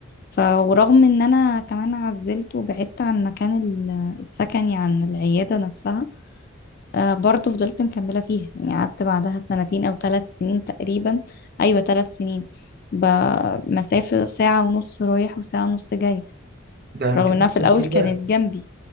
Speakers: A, on the left; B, on the right.
A: ف ورغم ان انا كمان عزلت وبعدت عن مكان ال- السكني عن العيادة نفسها آه، برضو فضلت مكملة فيها يعني قعدت بعدها سنتين او ثلاث سنين تقريبا ايوه ثلاث سنين بمسافة ساعة ونص رايح وساعة ونص جاي
B: ده انت
A: رغم انها
B: اصلا
A: في الاول
B: كده
A: كانت جنبي